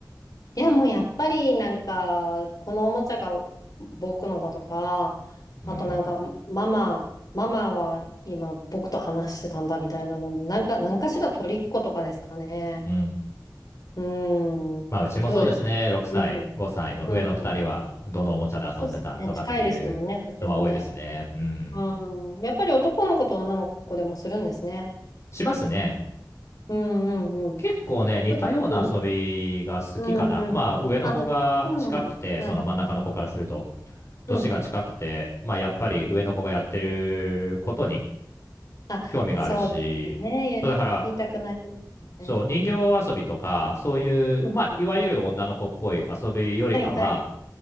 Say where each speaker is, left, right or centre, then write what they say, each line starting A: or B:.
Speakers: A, on the left (about 55°); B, on the left (about 40°).
A: いやもうやっぱりなんか、このおもちゃが僕のだとか、
B: うん。
A: あとなんかママ、ママは今僕と話してたんだみたいなの、なんか、何かしら取りっことかですかね。
B: うん。
A: うん。
B: まあ、うちもそうですね。
A: どうですうん。
B: 6歳、5歳の上の2人は、
A: うん。
B: どのおもちゃで遊んでたとかっていうのは多いですね。
A: そうですよね。近いですもんね、年がね。
B: うん。
A: うん、やっぱり男の子と女の子でもするんですね。
B: しますね。
A: うんうんうん。
B: 結構ね、似たような遊びが好きかな。
A: うんうんうん。
B: まあ、上の子が近くて、
A: あ、そうなんだ。はい。
B: その真ん中の子からすると、年が近くて、
A: うん。
B: まあ、やっぱり上の子がやってることに
A: あ、
B: 興味があるし、
A: そうですよね。やりたくなりますね。
B: そうだから、そう、人形遊びとか、そういう、
A: うんうん。
B: まあ、いわゆる女の子っぽい遊びよりかは、
A: はいはい。